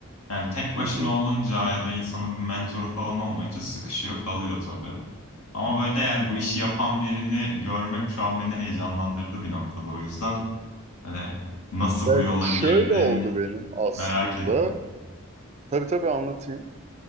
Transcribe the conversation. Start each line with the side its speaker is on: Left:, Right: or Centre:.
Left: yani tek başına
Right: Hı hı.
Left: olunca ya da insanın bir mentoru falan olmayınca sıkışıyor, kalıyor tabii. Ama böyle de yani bu işi yapan birini görmek şu an beni heyecanlandırdı bir noktada o yüzden. Hani nasıl
Right: Ya
Left: bu yola
Right: şöyle
Left: girdin
Right: oldu benim aslında.
Left: merak ettim.
Right: Tabii tabii anlatayım.